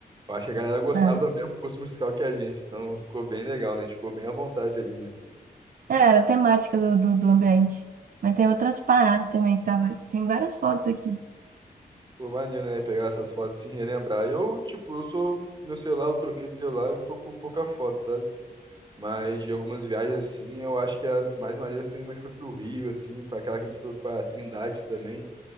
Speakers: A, on the right; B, on the right.
A: Eu acho que a galera gostava
B: Ah,
A: do mesmo gosto musical que a gente, então ficou bem legal, né? A gente ficou bem à vontade ali, né?
B: É, era a temática do, do, do ambiente. Mas tem outras paradas também que tava. Tem várias fotos aqui.
A: Pô, maneiro, né? Pegar essas fotos e se relembrar. Eu, tipo, eu sou. Meu celular, eu troquei de celular, e eu não tô com pouca foto, sabe? Mas de algumas viagens assim, eu acho que as mais maneiras foi, mas foi pro Rio, assim, para aquela que a gente foi pra Trindade também.